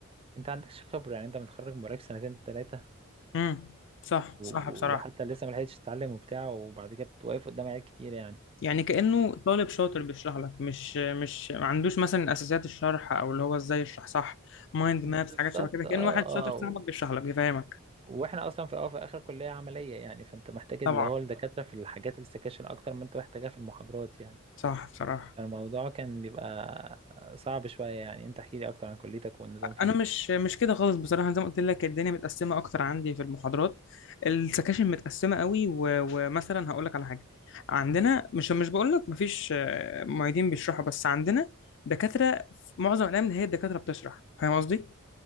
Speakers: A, on the right (about 25°); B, on the left (about 55°).
A: انت عندكش خبرة يعني انت متخرج بقالك سنتين تلاتة
B: امم صح
A: و-
B: صح بصراحه
A: وحتى لسه ما لحقتش تتعلم وبتاع وبعد كده بتوقف قدام عيال كتير يعني
B: يعني كانه طالب شاطر بيشرح لك مش مش ما عندوش مثلا اساسيات الشرح او اللي هو ازاي يشرح صح مايند
A: بالظبط
B: مابس حاجات شبه كده كأن
A: اه
B: واحد
A: اه
B: شاطر صاحبك
A: و...
B: بيشرح لك بيفهمك
A: واحنا اصلا في اه في اخر كليه عمليه يعني فانت محتاج
B: طبعا
A: اللي هو الدكاتره في الحاجات السكاشن اكتر ما انت محتاجها في المحاضرات يعني
B: صح بصراحه
A: فالموضوع كان بيبقى صعب شويه يعني انت احكي لي اكتر عن كليتك والنظام فيها
B: انا مش مش كده خالص بصراحه زي ما قلت لك الدنيا متقسمه اكتر عندي في المحاضرات السكاشن متقسمه قوي و- ومثلا هقول لك على حاجه عندنا مش مش بقول لك مفيش آه، معيدين بيشرحوا بس عندنا دكاتره في معظم الايام هي الدكاتره بتشرح فاهم قصدي